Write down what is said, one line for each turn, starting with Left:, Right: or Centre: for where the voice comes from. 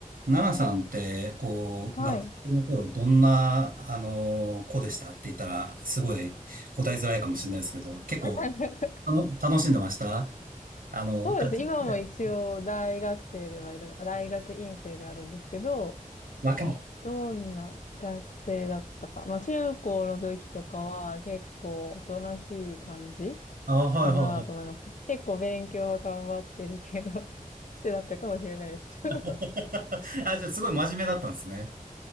Right: ナナさんって、こう、
Left: はい。
Right: 学生の頃、どんな、あの、子でしたって言ったら、すごい答えづらいかもしれないですけど、結構、
Left: <laughs>
Right: あの、楽しんでましたあの、
Left: そうですね。
Right: 学生時代。
Left: 今も一応大学生ではいる、
Right: うん
Left: あ大学院生であるんですけど、
Right: 若い。
Left: どんな学生だったか。まあ中高の時とかは結構おとなしい感じ
Right: あ、はいはいはい。
Left: かなと思います。結構勉強は頑張ってるけど、<laughs> してだったかもしれないです。<laughs>
Right: <laughs> あ、じゃあ、すごい真面目だったんですね。